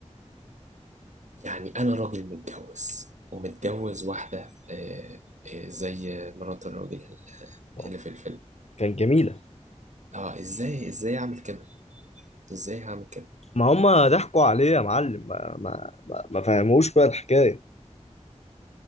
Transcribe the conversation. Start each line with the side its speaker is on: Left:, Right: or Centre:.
Right: يعني أنا راجل متجوز ومتجوز واحدة آه، آه، زي مرات الراجل
Left: آه.
Right: اللي في الفيلم
Left: كان جميلة
Right: اه ازاي ازاي اعمل كده ازاي هعمل كده
Left: ما هم ضحكوا عليه يا معلم ما ما ما, ما فهموش بقى الحكاية